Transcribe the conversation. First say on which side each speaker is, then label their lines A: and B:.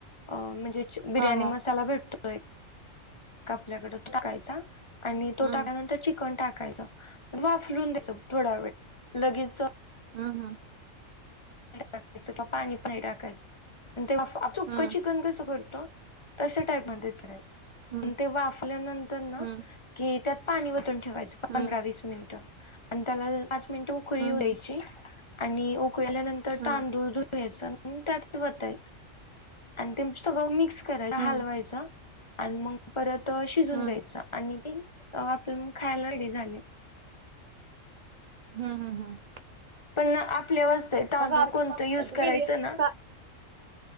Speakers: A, on the left; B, on the right.
A: अ म्हणजे बिर्याणी
B: हां, हां.
A: मसाला भेटतो. तो एक आपल्याकडे तो टाकायचा आणि तो
B: हं,
A: टाकल्यानंतर चिकन टाकायचा. वाफलून घ्यायचं थोडा वेळ, लगेच
B: हा हा.
A: <inaudible> पाणी पाणी टाकायचं आणि ते वाफ, सुक्क
B: हं,
A: चिकन
B: हं.
A: कसं करतो. तशा टाईप मध्येच करायचं
B: हं,
A: आणि ते वाफल्यानंतर ना
B: हं.
A: कि त्यात पाणी वतून ठेवायचं
B: हं,
A: पंधरा वीस मिनिटं आणि त्याला पाच मिनिटं उकळी येऊ द्यायची
B: हं.
A: आणि उकळल्यानंतर
B: हं,
A: तांदूळ
B: हं.
A: धुवून घ्यायचा आणि त्यात ओतायचं आणि ते सगळं मिक्स करायचा,
B: हं,
A: हलवायचा आणि मग परत शिजवून
B: हं.
A: द्यायच आणि ते अ आपण खायला रेडी झाले.
B: हम् हम् हम्.
A: पण आपल्यावर असतंय, तांदूळ
B: सारखी
A: कोणतं
B: मग
A: युज करायचं
B: बिर्या
A: ना.
B: सा